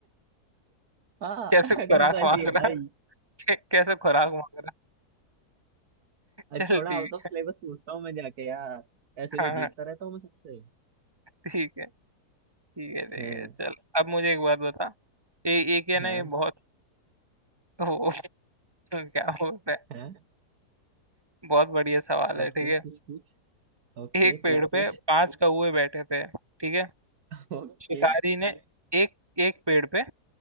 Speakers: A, on the right; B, on the right.
A: हाँ
B: कैसे खुराक
A: हम तो ऐसे
B: मांग
A: ही है भाई
B: रहा <laughs> कैसे खुराक मांग रहा
A: आज
B: चल
A: थोड़ा
B: ठीक
A: आउट ऑफ सिलेबस पूछता हूँ मैं जाके यार ऐसे
B: है
A: तो
B: हाँ
A: जीतता
B: हाँ,
A: रहता हूँ मैं सबसे
B: ठीक है ठीक है ठीक
A: हाँ
B: है चल अब मुझे एक बात बता ए, एक है ना
A: हाँ
B: ये बहुत वो, <laughs> क्या बोलते हैं
A: हाँ
B: बहुत बढ़िया सवाल है
A: ओके
B: ठीक है
A: पूछ पूछ ओके
B: एक पेड़
A: पूछ
B: पे
A: पूछ
B: पांच कौवे बैठे थे ठीक है
A: <laughs>
B: शिकारी
A: ओके
B: ने एक एक पेड़ पे